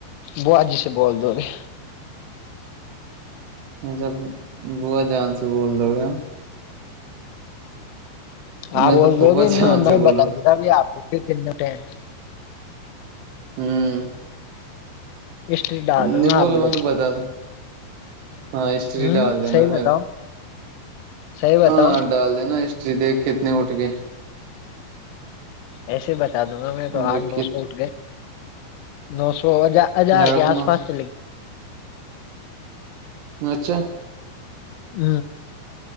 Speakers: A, on the left; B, on the right.
A: ب جی سے بول دو گے
B: جب بووا جان سے بول رہ ہو گیا
A: آپ
B: میں
A: بول
B: تو پھوپا
A: دو گے نہیں
B: جان سے بولا
A: بتا
B: ہوں
A: دیتا آپ کو کتنے ٹ ہیں
B: ہوں
A: ہسٹری ڈال دوں
B: نہیں
A: گا
B: بول
A: آپ بولو
B: میں تو بتا دو ہاں استری
A: ہوں
B: ڈال دینا
A: صحیح
B: م
A: بتاؤ صحیح بتاؤ
B: ہاں ڈال دینا ہسٹری دیکھ کے اتنے اٹھ گئے
A: ایسے بتا دوں گا میں تو
B: دیکھ
A: آٹھ نو
B: کے
A: سو اٹھ گئے نو سو وجہ ہزار
B: آٹھ
A: کے
B: نو
A: آس پاس چل
B: اچھا
A: ہ